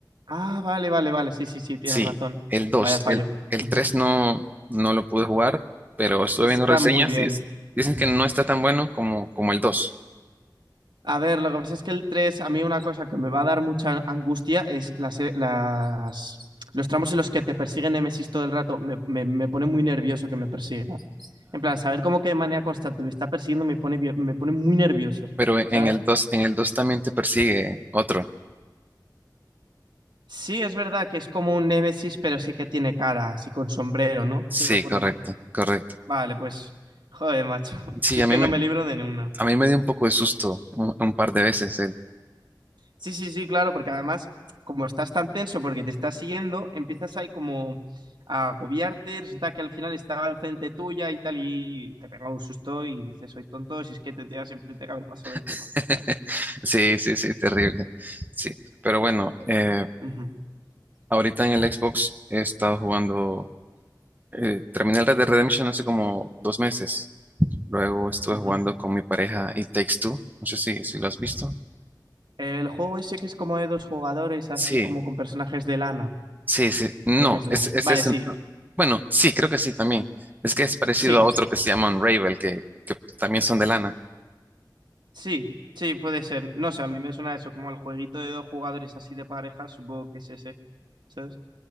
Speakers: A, on the right (about 75°); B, on the right (about 25°).
A: Ah, vale, vale, vale, sí, sí, sí, tienes
B: Sí,
A: razón.
B: el dos
A: Vaya fallo.
B: el, el
A: Ujú.
B: 3 no, no lo pude jugar, pero estuve
A: Está
B: viendo reseñas
A: muy bien.
B: y es- dicen
A: Ujú.
B: que no está tan bueno como, como el 2.
A: A ver, lo que pasa es que el 3, a mí una cosa que me va a dar mucha angustia es las, eh, las- los tramos en los que te persigue Nemesis todo el rato. Me, me- me pone muy nervioso que me persiga. En plan, saber cómo que de manera constante me está persiguiendo me pone, vi- me pone muy nervioso,
B: Pero en
A: ¿sabes?
B: en el dos en el dos también te persigue otro.
A: Sí, es verdad que es como un Nemesis, pero sí que tiene cara, así con sombrero, ¿no?
B: Sí,
A: Si no recuerdo
B: correcto,
A: mal.
B: correcto.
A: Vale, pues, joder, macho. <laughs>
B: Sí,
A: Si es
B: a
A: que
B: mí me,
A: no me libro de ninguna.
B: a mí me dio un poco de susto un, un par de veces. el-
A: Sí, sí, sí, claro, porque además, como estás tan tenso porque te estás siguiendo, empiezas ahí como a agobiarte, resulta que al final estaba enfrente tuya y tal, y te pega un susto y dices, soy tonto, si es que tendría siempre que haber pasado del
B: <laughs>
A: tema, ¿sabes?
B: Sí, sí, sí, terrible. Sí, pero bueno, eh,
A: Ujú,
B: ahorita en el Xbox he estado jugando, eh, terminé el Red Dead Redemption hace como dos meses. Luego estuve
A: ujú.
B: jugando con mi pareja y Takes Two. No sé si, si lo has visto.
A: El juego ese que es como de dos jugadores, así
B: Sí.
A: como con personajes de lana,
B: Sí, sí, no,
A: creo que es lana.
B: es, es,
A: Vale,
B: es,
A: sí,
B: bueno, sí, creo que sí también. Es que es parecido
A: sí,
B: a otro que se llama Unravel, que, que también son de lana.
A: sí, sí, puede ser. No sé, a mí me suena eso, como el jueguito de dos jugadores así de pareja, supongo que es ese, ¿sabes?